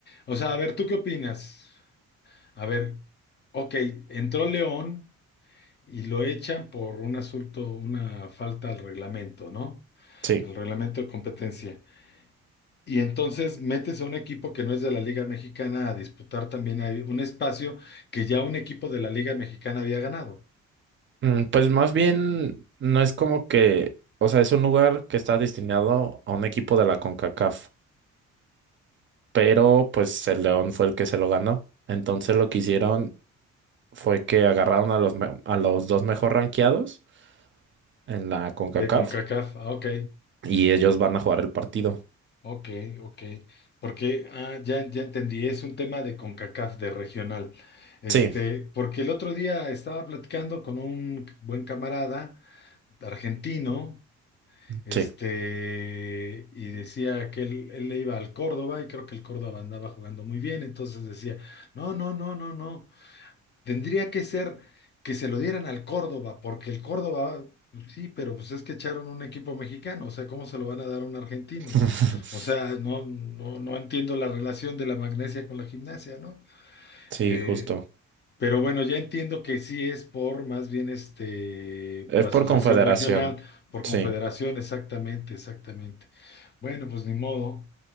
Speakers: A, on the left; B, on the right.
A: O sea, a ver, ¿tú qué opinas? A ver, ok, entró León. y lo echan por un asunto, una falta al reglamento, ¿no?
B: Sí,
A: Al reglamento de competencia. Y entonces metes a un equipo que no es de la Liga Mexicana a disputar también ahí un espacio que ya un equipo de la Liga Mexicana había ganado,
B: Mm, pues más bien no es como que, o sea, es un lugar que está destinado a un equipo de la CONCACAF, pero pues el León fue el que se lo ganó. Entonces lo quisieron fue que agarraron a los, me- a los dos mejor rankeados en la CONCACAF
A: de CONCACAF. Ah, ok,
B: y ellos van a jugar el partido.
A: ok, ok. Porque ah, ya, ya entendí, es un tema de CONCACAF, de regional. Este,
B: Sí,
A: porque el otro día estaba platicando con un buen camarada argentino Este,
B: sí.
A: y decía que él, él le iba al Córdoba y creo que el Córdoba andaba jugando muy bien, entonces decía, no, no, no, no, no, tendría que ser que se lo dieran al Córdoba, porque el Córdoba, sí, pero pues es que echaron un equipo mexicano, o sea, ¿cómo se lo van a dar a un argentino?
B: <laughs>
A: O sea, no, no, no entiendo la relación de la magnesia con la gimnasia, ¿no?
B: Sí,
A: Eh,
B: justo.
A: pero bueno, ya entiendo que sí es por más bien este,
B: Es
A: por asociación
B: por confederación.
A: regional, por
B: Sí.
A: confederación, exactamente, exactamente. Bueno, pues ni modo,